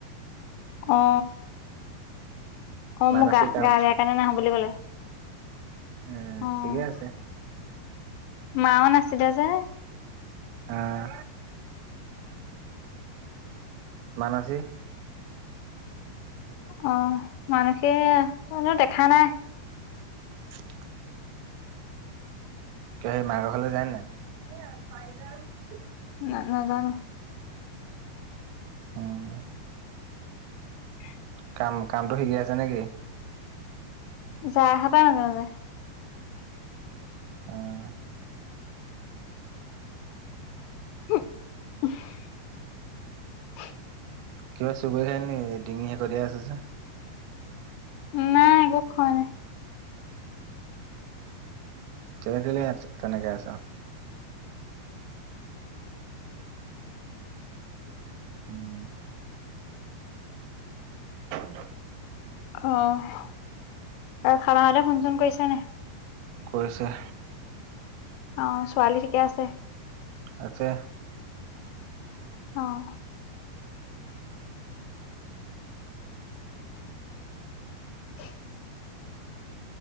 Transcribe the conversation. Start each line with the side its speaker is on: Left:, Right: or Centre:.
Left: অ অ
Right: মানসী
Left: মোৰ গা
Right: কাম
Left: গা বেয়া কাৰণে নাহো বুলি ক'লে
Right: উম
Left: অ',
Right: ঠিকেই আছে
Left: মাও নাছিলে যে
Right: আহ বানসী
Left: অ মানসি অ মই দেখা নাই
Right: <inaudible> কিয় সেই মাৰকৰ ঘৰলৈ যায় নে নাই
Left: ন নাজানো
Right: উম
Left: <unintelligible>
Right: কাম কামটো শিকি আছে নেকি
Left: যাই হব পাই মাজে মাজে
Right: আহ
Left: <unintelligible>
Right: কিবা চুবুৰ খালি নি ডিঙি হে কৰিয়াই আছে যে
Left: নাই একো খোৱা নাই।
Right: তে খলে ই এ নেক আছা উম <unintelligible>
Left: অ আৰু খাবাহতে ফোন চোন কৰিছে নে
Right: কৰিছে
Left: অ ছোৱালী ঠিকে আছে।
Right: আছে।
Left: আহ। <unintelligible>